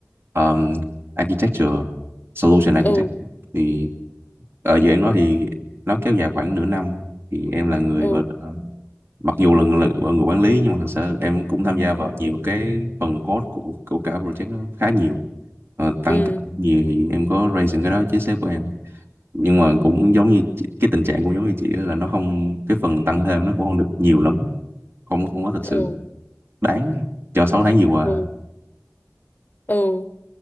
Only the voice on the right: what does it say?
um, Architecture Solution Architect
thì ở dự án đó thì nó kéo dài khoảng nửa năm thì em là người
và ờ, mặc dù là người, là người quản lý nhưng mà thực sự em cũng tham gia vào nhiều cái phần code của của cả project nó khá nhiều Ờ, tăng
nhiều thì em có raise những cái đó với sếp của em nhưng mà cũng giống như chị- cái tình trạng cũng giống như chị đó là nó không cái phần tăng thêm nó cũng không được nhiều lắm không không có thật
sự đáng cho sáu tháng vừa qua